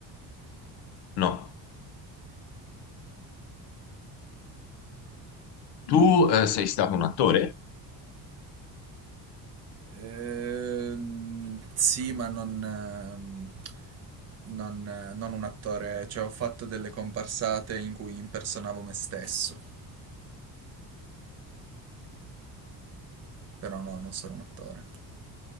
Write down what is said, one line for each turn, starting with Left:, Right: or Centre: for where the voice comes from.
Left: No. Tu eh, sei stato un attore?
Right: Ehm, sì, ma non, ehm, non, eh, non un attore, cioè ho fatto delle comparsate in cui impersonavo me stesso, però no, non sono un attore.